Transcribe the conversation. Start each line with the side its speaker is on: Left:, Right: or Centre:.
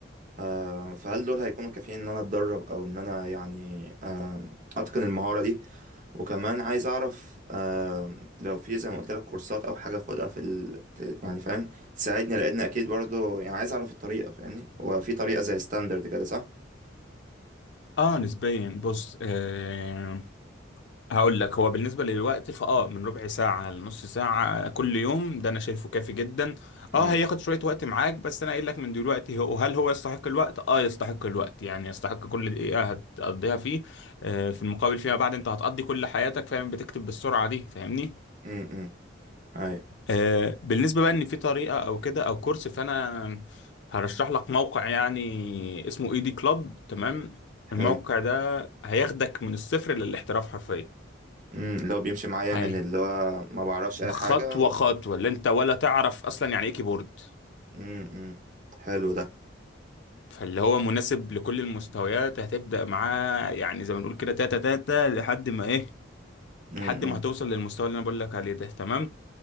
Right: آه، فهل دول هيكونوا كافيين ان انا اتدرب او ان انا يعني آم، اتقن المهارة دي وكمان عايز اعرف آم، لو في زي ما قلت لك كورسات او حاجة اخدها في ال... ت- يعني فاهم تساعدني لان اكيد برضو يعني عايز اعرف الطريقة فاهمني هو في طريقة زي ستاندرد كده صح؟
Left: اه نسبيا بص آه هقول لك هو بالنسبة للوقت فاه من ربع ساعة لنص ساعة كل يوم ده انا شايفه كافي جدا اه
Right: امم
Left: هياخد شوية وقت معاك بس انا قايل لك من دلوقتي هو هل هو يستحق الوقت؟ اه يستحق الوقت يعني يستحق كل دقيقة هتقضيها فيه آه في المقابل فيما بعد انت هتقضي كل حياتك فاهم بتكتب بالسرعة دي فاهمني؟
Right: امم ايوه
Left: آه بالنسبة بقى ان في طريقة او كده او كورس فانا هرشح لك موقع يعني اسمه ايدي كلاب تمام؟
Right: حلو
Left: الموقع ده هياخدك من الصفر للاحتراف حرفيا
Right: امم اللي هو بيمشي معايا
Left: هي
Right: من اللي هو ما بعرفش اي
Left: خطوة
Right: حاجة
Left: خطوة اللي انت ولا تعرف اصلا يعني ايه كيبورد
Right: امم حلو ده
Left: فاللي هو مناسب لكل المستويات هتبدأ معاه يعني زي ما نقول كده تاتا تاتا لحد ما ايه
Right: امم
Left: لحد ما هتوصل للمستوى اللي انا بقول لك عليه ده تمام